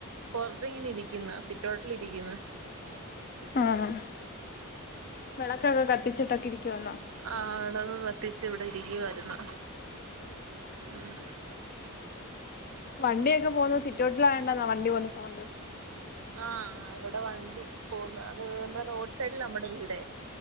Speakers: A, on the right (about 75°); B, on the left (about 45°).
A: പൊറത്ത് ഇങ്ങനെ ഇരിക്കുന്നു സിറ്റോട്ടിലിരിക്കുന്നു.
B: ആഹ് വിളക്കൊക്കെ കത്തിച്ചിട്ടൊക്കെ ഇരിക്കുവോന്നോ.
A: ആഹ വിളക് കത്തിച്ച് ഇവിടെ ഇരിക്കുവായിരുന്നു.. മ്മ്
B: വണ്ടിയൊക്കെ പോകുന്ന സിറ്റൗട്ടിൽ ആയണോണ്ട വണ്ടി പോകുന്ന സൗണ്ട്.
A: ആഹ് അവിടെ വണ്ടി പോകുന്ന അത് നമ്മടെ റോഡ് സൈഡില് നമ്മടെ വീടെ.